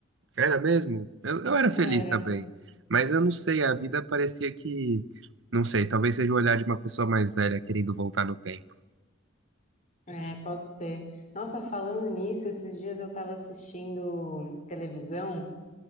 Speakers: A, on the right (about 65°); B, on the left (about 35°).
A: Era mesmo? Eu, eu era feliz
B: Era.
A: também, mas eu não sei, a vida parecia que, não sei, talvez seja o olhar de uma pessoa mais velha querendo voltar no tempo.
B: É, pode ser. Nossa, falando nisso, esses dias eu tava assistindo televisão